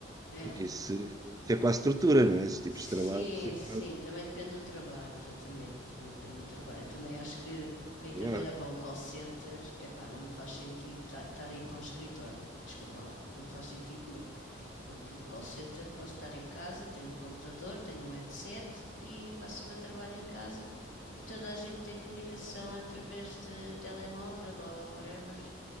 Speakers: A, on the left; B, on the right.
A: É.
B: Porque isso, isso é quase tortura, não é? Esses tipos
A: Sim,
B: de trabalho, isso é quase
A: sim, também depende do trabalho, exatamente. Também depende do trabalho. Eu também acho que para ir
B: tortura.
A: trabalhar para um call center, epá, não me faz sentido estar aí para um escritório. Desculpa lá, não me faz sentido nenhum. Eu para um call center posso estar em casa, tenho um computador, tenho um headset e faço o meu trabalho em casa e toda a gente tem comunicação através de telemóvel ou whatever.